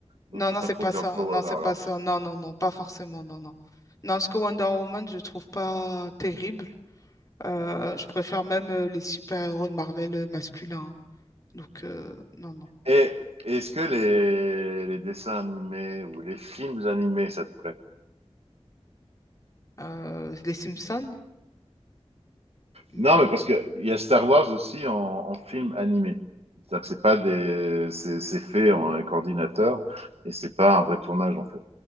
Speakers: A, on the right; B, on the left.
A: donc
B: Non,
A: c'est
B: non,
A: pas
B: c'est
A: trop
B: pas
A: girl
B: ça.
A: power,
B: Non, c'est
A: alors.
B: pas ça. Non, non, non, pas forcément. Non, non. Non, parce que Wonder Woman, je trouve pas terrible. Euh, je préfère même euh, les super-héros de Marvel euh, masculins. hein. Donc, euh, non, non.
A: Et est-ce que les, les dessins animés ou les films animés, ça te plaît?
B: Euh, les Simpsons? Hmm,
A: Non, mais parce que il y a Star Wars aussi en, en film animé. C'est-à-dire que c'est pas des, c'est, c'est fait en un coordinateur et c'est pas un vrai tournage en fait.